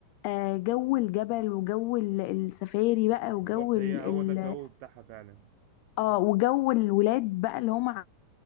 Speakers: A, on the left; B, on the right.
A: آه، جو الجبل وجو ال- السفاري بقى وجو
B: بالظبط
A: ال
B: هي
A: ال
B: هو ده الجو بتاعها فعلا
A: اه وجو الولاد بقى اللي هم